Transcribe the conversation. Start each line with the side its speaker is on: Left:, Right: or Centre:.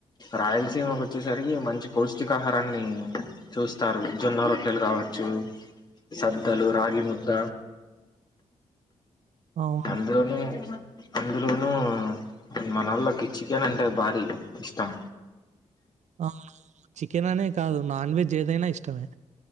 Left: రాయలసీమకి వచ్చేసరికి మంచి పష్టికాహారాన్ని చూస్తారు జొన్న రొట్టెలు కాబట్టి చ సద్దలు రగి ముద్ద
Right: అవును
Left: అందులోను అందులోనూ మనోళకి చికెన్ అంటే భారీ ఇష్టం
Right: అవును చికెన్ అనే కాదు నాన్ వెెజ్ ఏదైనా ఇష్టం ముమే